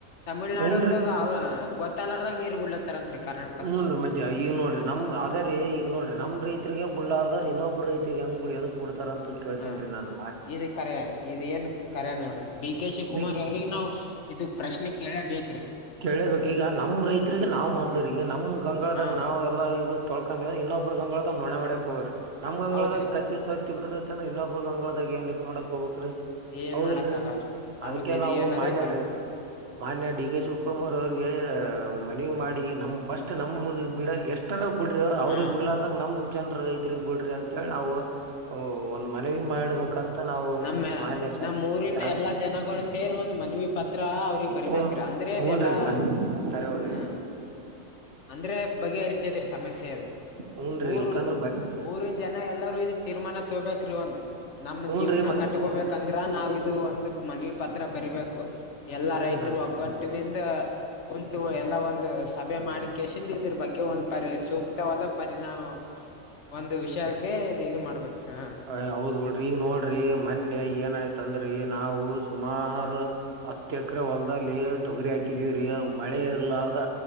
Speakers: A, on the left (about 60°); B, on the right (about 50°).
A: ತಮಿಳುನಾಡಿದಾಗ
B: ಹೂನ್ರಿ
A: ಅವ ಗೊತ್ತಾರದಾಗ ನೀರ್ ಬಿಡ್ಲತಾರತ್ರಿ ಕರ್ನಾ
B: ಹುನ್ರಿ ಮತ್ತ ಈಗ ನೋಡ್ರಿ ನಮ್ ಅದರೀ ಈಗ ನೋಡ್ರಿ ನಮ್ಮ ರೈತರಿಗ ಬಳ್ಳಾರಾರ ಇನ್ನೊಬ ರೈತರಿಗೆ ಹೆಂಗ್ ಎದಕ್ ಬಿಡ್ತಾರ ಅಂತರೀ. ಹೇಳ್ತನ್ರಿ
A: ಹಾ
B: ನಾನ
A: ಇದ ಕರೆ ಇದ್ ಏನ್ ಕರೆ ನೋಡ್ರಿ ಡಿ ಕೆ ಶಿವ
B: ಅವ್ರು
A: ಕುಮಾರ್ ಅವ್ರಗ ನಾವ ಇದಕ ಪ್ರಶ್ನೆ ಕೇಳಬೇಕ್ರೀ.
B: ಕೇಳೇಬೇಕ ಈಗ ನಮ್ ರೈತರಿಗ ನಾವ್ ಮದ್ಲರೀ ಈಗ ನಮ್ ಗಂಗಳದಾಗ
A: ಹಾ
B: ನಾವ್ ಲ್ಲ ಇದ ತೊಳ್ಕೊಂಡ ಇನ್ನೊಬ್ಬರ ಗಂಗಳದಗ ನೊಣ ಹೊಡ್ಯಾಕ ಹೋರಿ ನಮ್ ಗಂಗಳದ
A: ಹೌದ್ರಿ
B: ಕ ಸತ್ತಿ ಬಿದ್ದೆತಿ ಅಂದ್ರ ಇನ್ನೊಬರ ಗಂಗಳದಾಗ ಏನ ಇದ ಮಾಡಕ ಹೋಗ್ಬೇಕ್ರಿ.
A: ಏನ್
B: ಹೌದಿಲ್ರರಿ
A: ಮಾಡಕ್ ಆಗಲ್ರಿ ಹೌದ್
B: ಅದಕ್ಕೆ
A: ಇದು
B: ನಾವು
A: ಏನಂದ್ರೆ
B: ಮಾನ್ಯ
A: ಕರೆಕ್ಟ್
B: ಮಾನ್ಯ ಡಿ ಕೆ ಶಿವಕುಮಾರ್ ಅವ್ರಗೆ ಮನವಿ ಮಾಡಿ ಈಗ ನಮ್ ಫಸ್ಟ್ ನಮ್ ಬಿಡ ಎಷ್ಟರ ಬಿಡ್ರ ಅವ್ರ
A: ಹಾ
B: ಬಿಡ್ಡಲಾರ. ನಮ್ ಜನರ ರೈತರ ಬಿಡ್ರಿ ಅಂತೇಳಿ ನಾವ ಒಂದ್ ಮನವಿ ಮಾಡ್ಬೇಕಂತ
A: ಹ್ಮ್
B: ನಾವ
A: ನಮ್ಮ
B: ಮಾನ್ಯ ಶಾ
A: ನಮ್ ಊರಿನ
B: ಷ
A: ಎಲ್ಲಾ ಜನಗಳು ಸೇರಿ ಒಂದ್ ಮನವಿ ಪತ್ರ ಅವ್ರಿಗ್ ಬರಿಬೇಕ್ರಿ
B: ಹ್ಮ
A: ಅಂದ್ರೆ ಇದೆಲ್ಲಾ
B: ಹುನ್ರಿ ಮ ಅರವ್ರಿ
A: ಹ್ಮ್ ಅಂದ್ರೆ ಬಗೆಹರಿತದರಿ ಸಮಸ್ಯೆದ
B: ಹೂನ್ರಿ
A: ಊರ
B: ಇಲ್ಕಂದ್ರ ಬ
A: ಊರಿನ ಜನ ಎಲ್ಲರೂ ಇದ ತೀರ್ಮಾನ ತುಗೋಬೇಕ್ರಿ ಒಂದ್ ನಮ್ಮ
B: ಹೂನ್ರಿ
A: ಜೀವನ
B: ಮ
A: ಕಟ್ ತಗೋಬೇಕಂದ್ರ ನಾವ್ ಇದು ಒಂದುಕ್ ಮನವಿ ಪತ್ರ ಬರಿಬೇಕು ಎಲ್ಲಾ
B: ಹೂನ್ರಿ
A: ರೈತರು ಹೋಗ್ ಗಟ್ಟಿನಿಂದ ಕುಂತು ಎಲ್ಲ ಒಂದ್ ಸಭೆ ಮಾಡಿ ಕೆೇಶಿನ್ ಇದ್ರ ಬಗ್ಗೆ ಒಂದ್ ಪರಿ ಸೂಕ್ತವಾದ ಪರಿಣಾಮ್ ಒಂದ್ ವಿಷಯಗ್ಗೆ ಇದ್ ಇದ್ ಮಾಡ್ಬೇಕ ಹಾಂ.
B: ಅ ಹೌದ್ ಬಿಡ್ರಿ ಈಗ್ ನೋಡ್ರಿ ಮನ್ನೆ ಏನಾಯ್ತಂದ್ರಿ ನಾವು ಸುಮಾರ್ ಹತ್ ಎಕ್ರೆ ಹೊಲ್ದಲ್ಲಿ ತೊಗರಿ ಹಾಕಿದೀವ್ರಿ ಮಳೆ ಇರ್ಲಾರ್ದ